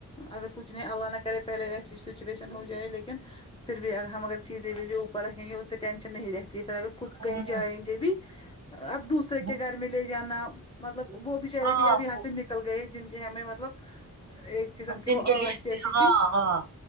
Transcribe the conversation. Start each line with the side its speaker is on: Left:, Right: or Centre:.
Left: اگر کچھ نہیں اللہ نہ کرے پہلے ایسی سچویشن ہو جائے لیکن پھر بھی اگر ہم اگر چیزیں ویزیں اوپر رکھیں گے اس سے ٹینشن نہیں رہتی پھر اگر خود کہیں
Right: ہوں
Left: جائیں گے بھی اب دوسرے کے
Right: ہوں
Left: گھر میں لے جانا مطلب وہ بچارے
Right: ہاں
Left: بھی اب یہاں
Right: وہ
Left: سے نکل گئے جن کے ہمیں مطلب ایک قسم کی
Right: جن
Left: وہ
Right: کے
Left: آش
Right: لیے
Left: جیسی
Right: ہاں
Left: تھی
Right: ہاں